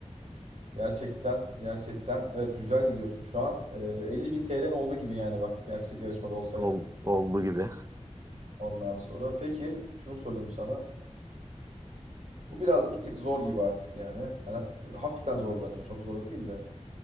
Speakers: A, on the right (about 70°); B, on the right (about 25°).
A: Gerçekten, gerçekten. Evet güzel gidiyorsun şu an. Ee, 50 bin TL'n oldu gibi yani bak. Gerçek yarışmada olsaydın.
B: Ol, oldu gibi.
A: Ondan sonra. Peki şunu sorayım sana. Bu biraz bir tık zor gibi artık yani. Hani hafiften zorlanıyor. Çok zor değil de.